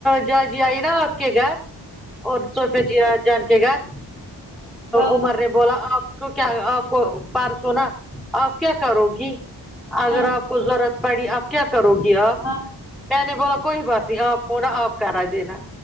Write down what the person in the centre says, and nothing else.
جاجی آئی نا آپ کے گھر اور تو پھر دیہ جان کے گھر
عمر نے بولا کو کیا آپ کو پرسو نہ آپ کیا کرو گی اگر
آپ ضرورت پڑی آپ کیا کرو گی آپ
میں نے بولا کوئی بات نہیں آپ تھوڑا آپ کرا دینا